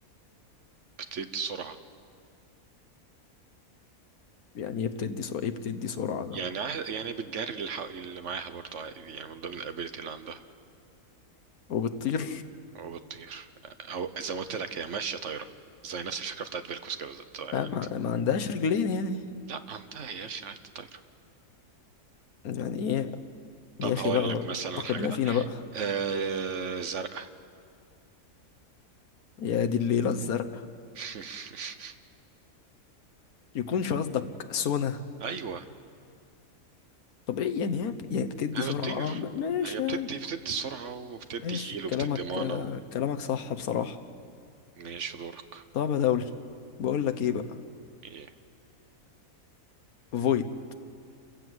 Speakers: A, on the right; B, on the left.
A: بتدي سرعة
B: يعني ايه بتدي سرعه ايه بتدي سرعه ده
A: يعني عا- يعني بتجري الح- اللي معاها برضه عادي يعني من ضمن الابيلتي اللي عندها
B: وبتطير
A: وبتطير او زي ما قلت لك هي ماشية طايرة زي نفس الفكرة بتاعت فيلكوس كده زي- يعني
B: لا ما, ما عندهاش رجلين يعني
A: لا عندها يا اخي عادي طايرة
B: يعني ايه يا
A: طب
B: اخي
A: هقول
B: بقى
A: لك مثلا
B: اتقد
A: حاجة
B: الله
A: ده
B: فينا بقى
A: آه زرقاء
B: يا دي الليلة الزرق
A: <laughs>
B: يكونش قصدك سونا
A: ايوه
B: طبيعي يعني هي ب- يعني بتدي
A: هي
B: سرعة
A: بتطير
B: اه م- ماشي
A: هي بتدي
B: يا عم
A: بتدي سرعة وبتدي
B: ماشي
A: هيل وبتدي
B: كلامك
A: مانا
B: آه،
A: و...
B: كلامك صح بصراحة
A: ماشي دورك
B: طب يا دولي بقول لك ايه بقى
A: ايه
B: فويد